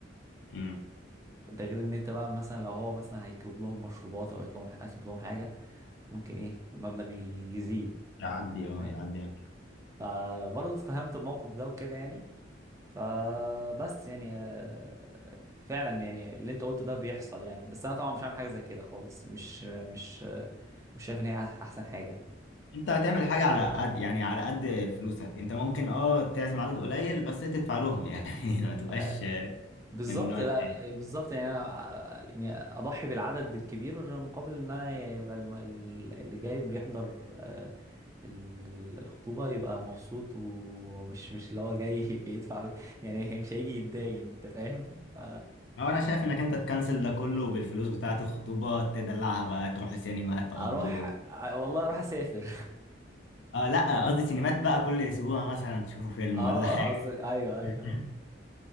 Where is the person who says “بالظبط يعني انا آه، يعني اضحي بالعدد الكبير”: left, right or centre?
Right